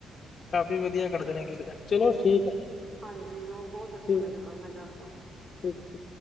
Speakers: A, on the left; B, on the right.
A: ਕਾਫੀ ਵਧੀਆ ਕਢਦੇ ਨੇ ਕੀਰਤਨ। ਚਲੋ
B: ਹਾਂਜੀ-ਹਾਂਜੀ,
A: ਠੀਕ ਹੈ
B: ਓ ਬੋਤ ਅੱਛਾ
A: ਠੀਕ
B: ਲੱਗਿਆ
A: ਹੈ
B: ਥੁਹਾਡੇ ਨਾਲ ਗੱਲ ਕਰਕੇ।
A: ਠੀਕ।